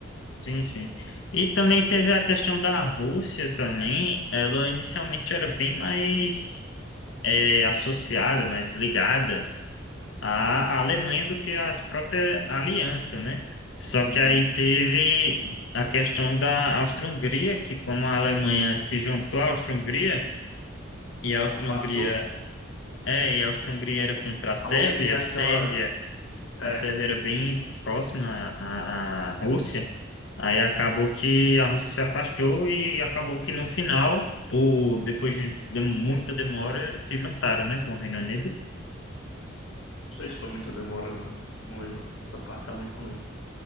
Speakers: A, on the left (about 65°); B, on the left (about 80°).
A: Sim, sim. E também teve a questão da Rússia também. Ela inicialmente era bem mais é, associada, mais ligada à à Alemanha do que à própria aliança, né? Só
B: Uhum.
A: que aí teve a questão da Áustria-Hungria, que como a Alemanha se juntou à Áustria-Hungria, e a Áustria-Hungria
B: Afastou.
A: é, e a Áustria-Hungria era contra a Sérvia,
B: A Rússia tinha
A: a
B: aquela.
A: Sérvia
B: É,
A: a Sérvia
B: sim.
A: era bem próxima à, à Rússia, aí acabou que a Rússia se afastou e acabou que no final, por, depois de de muita demora, se juntaram, né, com o Reino Unido.
B: Não sei se foi muita demora, não. Não lembro. Essa parte realmente não lembro.